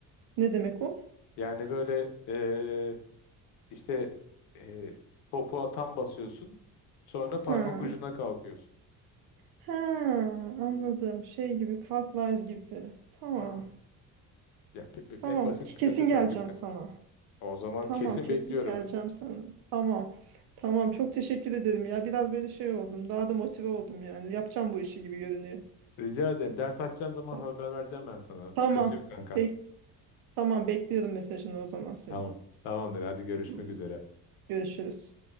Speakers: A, on the right; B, on the left.
A: Ne demek o?
B: Yani böyle e, işte e, topuğa tam basıyorsun sonra parmak
A: Ha.
B: ucuna kalkıyorsun.
A: Ha, anladım. Şey gibi, Cartwright gibi. Tamam.
B: Hı. Ya, pi- pi-
A: Tamam.
B: en basit
A: Ke-
B: pilates
A: Kesin geleceğim
B: hareketten.
A: sana.
B: O zaman
A: Tamam,
B: kesin
A: kesin
B: bekliyorum.
A: geleceğim sana. Tamam. Tamam. Çok teşekkür ederim ya. Biraz böyle şey oldum. Daha da motive oldum yani. Yapacağım bu işi gibi görünüyor.
B: Rica ederim. Ders açacağım zaman
A: Tamam.
B: haber vereceğim ben sana. Sıkıntı
A: tamam.
B: yok kanka.
A: Bek tamam, bekliyorum mesajını o zaman senin.
B: Tamam. Tamamdır. Hadi görüşmek
A: Tamam.
B: üzere.
A: Görüşürüz.